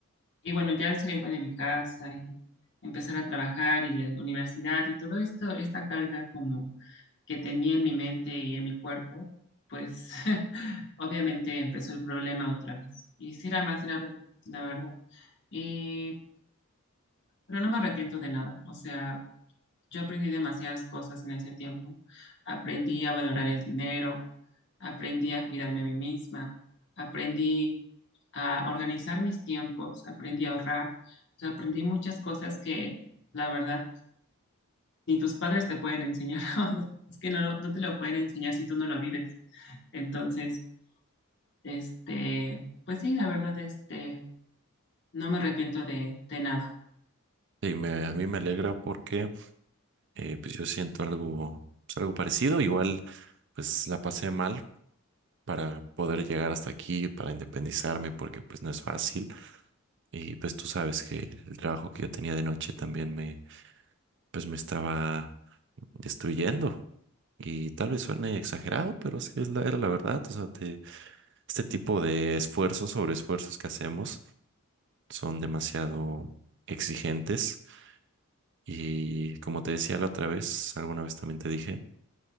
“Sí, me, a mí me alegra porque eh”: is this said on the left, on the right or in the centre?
Right